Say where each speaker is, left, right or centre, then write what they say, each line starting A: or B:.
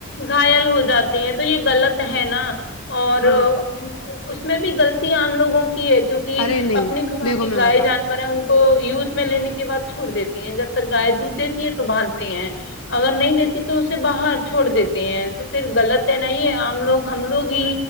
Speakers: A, on the left; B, on the left.
A: گھائل ہو جاتے ہیں تو یے غلط ہے نا اور
B: ہاں
A: اس میں بھی غلطیاں ہم لوگوں کی ہے جو کی
B: ارے نہیں
A: اپنے گھروں
B: دیکھو
A: کے
B: میں
A: گائے
B: بتاؤں
A: جانور ہیں ان کو یوز میں لینے کے بعد چھوڑ دیتی ہیں جب تک گائے دودھ دیتی ہے تو باندتے ہیں اگر نہیں دیتی تو اسے باہر چھوڑ دیتے ہیں تو فیر غلط ہے نہیں ہے آم لوگ ہم لوگ ہی